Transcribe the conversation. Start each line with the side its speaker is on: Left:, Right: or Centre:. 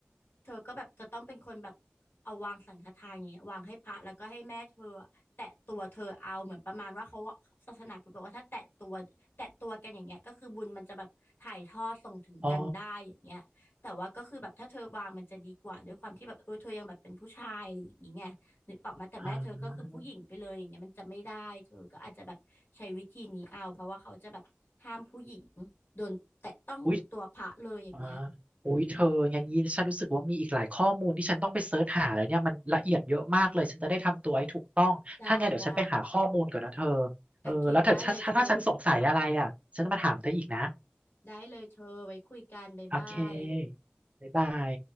Left: เธอก็แบบจะต้องเป็นคนแบบเอาวางสังฆทานอย่างเงี้ยวางให้พระแล้วก็ให้แม่เธออะแตะตัวเธอเอาเหมือนประมาณว่าเขาว่าศาสนาพุทธบอกว่าถ้าแตะตัวแตะตัวกันอย่างเงี้ยก็คือบุญมันจะแบบถ่ายทอดส่งถึงกันได้อย่างเงี้ยแต่ว่าก็คือแบบถ้าเธอวางมันจะดีกว่าด้วยความที่แบบเออเธอยังแบบเป็นผู้ชายอะไรอย่างงี้ไงนึกออกมาแต่แม่เธอก็คือผู้หญิงไปเลยอย่างเงี้ยมันจะไม่ได้เธอก็อาจจะแบบใช้วิธีนี้เอาเพราะว่าเขาจะแบบห้ามผู้หญิง
Right: อ๋ออา
Left: โดนแตะต้องตัวพระเลยอย่างเงี้ย
Right: อุ้ย อ่าอุ้ยเธออย่างนี้ฉันรู้สึกว่ามีอีกหลายข้อมูลที่ฉันต้องไปเสิร์ชหาแล้วเนี่ยมันละเอียดเยอะมากเลยฉันจะได้ทำตัวให้ถูกต้อง
Left: ได้ได้
Right: ถ้าไงเดี๋ยวฉันไปหาข้อมูลก่อนนะเธอ
Left: โอเคได้เลยเธอ
Right: เออแล้วถ้าถ้าถ้าฉันสงสัยอะไรอ่ะฉันจะมาถามเธออีกนะ
Left: ได้เลยเธอไว้คุยกันบ๊ายบาย
Right: โอเคบ๊ายบาย